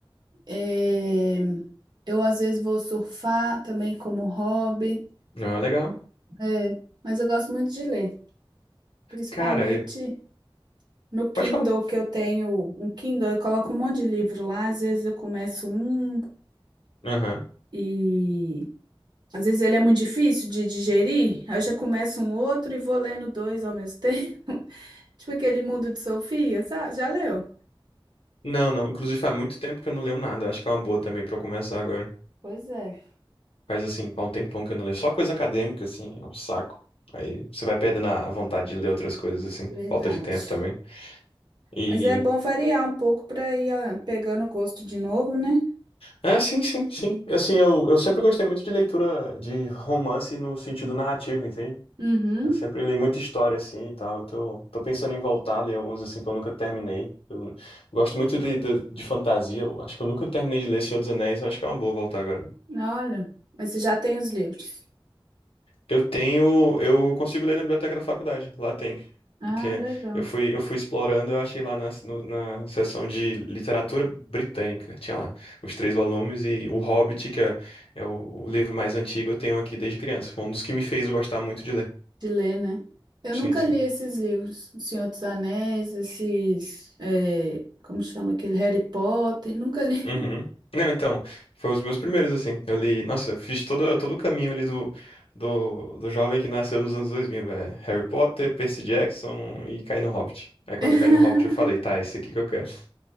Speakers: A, on the right; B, on the left.
A: É, Eu às vezes vou surfar também como um hobby,
B: Ah, legal.
A: É, mas eu gosto muito de ler, principalmente
B: Cara, eu-
A: no Kindle
B: pode falar.
A: que eu tenho, um Kindle, eu coloco um monte de livro lá, às vezes eu começo um
B: Aham.
A: e Às vezes ele é muito difícil de digerir, aí eu já começo um outro e vou lendo dois ao mesmo <laughs> tempo. Tipo aquele Mundo de Sofia, sabe? Já leu?
B: Não, não. Inclusive, faz muito tempo que eu não leio nada. Acho que é uma boa também pra eu começar agora.
A: Pois é.
B: Faz assim, faz um tempão que eu não leio. Só coisa acadêmica, assim, é um saco. Aí você vai perdendo a a vontade de ler outras coisas, assim.
A: Verdade.
B: Falta de tempo também. E.
A: Mas é bom variar um pouco para ir ó, pegando o gosto de novo, né?
B: Ah, sim, sim, sim. Assim, eu, eu sempre gostei muito de leitura de romance no sentido narrativo, entende?
A: Uhum.
B: Eu sempre li muita história, assim, e tal. Eu tô, tô pensando em voltar a ler alguns, assim, que eu nunca terminei. Eu gosto muito de, de, de fantasia. Eu acho que eu nunca terminei de ler Senhor dos Anéis. Eu acho que é uma boa voltar agora.
A: Olha. Mas você já tem os livros
B: Eu tenho, eu consigo ler na biblioteca da faculdade, lá tem.
A: Ah,
B: Eu tinha-
A: legal.
B: eu fui, eu fui explorando, eu achei lá na, no- na seção de literatura britânica, tinha lá os três volumes e O Hobbit, que é, é o, o livro mais antigo, eu tenho aqui desde criança. Foi um dos que me fez gostar muito de ler.
A: de ler, né? Eu
B: Sim,
A: nunca
B: sim.
A: li esses livros, O Senhor dos Anéis, esses, é, como chama aquele? Harry Potter, nunca li.
B: Uhum. Não, então, foi os meus primeiros, assim. Eu li, nossa, eu fiz todo, todo o caminho ali do, do, do jovem que nasceu nos anos 2000, velho. Harry Potter, Percy Jackson e caí no Hobbit. Aí quando
A: <laughs>
B: eu caí no Hobbit, eu falei, tá, é isso aqui que eu quero.